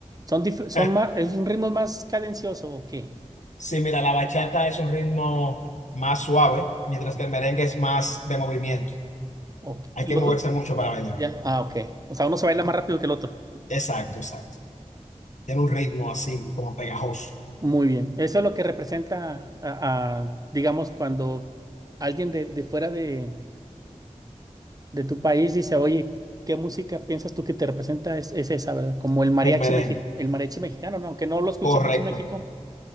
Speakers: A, on the right; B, on the left.
A: ¿Son, dif- son
B: <laughs>
A: más, es un ritmo más cadencioso o qué?
B: sí, mira, la bachata es un ritmo más suave, mientras que el merengue es más de movimiento.
A: ¿O
B: Hay
A: Los
B: que moverse
A: dos-
B: mucho para bailar.
A: ya, ah, ok. O sea, uno se baila más rápido que el otro.
B: Exacto, exacto. Tiene un ritmo así, como pegajoso.
A: Muy bien, eso es lo que representa, a, a, digamos, cuando alguien de, de fuera de, de tu país dice, oye, ¿qué música piensas tú que te representa? Es, es esa, ¿verdad? Como el mariachi,
B: El merengue,
A: mexi- el mariachi mexicano, ¿no? Aunque no lo escucha
B: correcto,
A: mucho en México,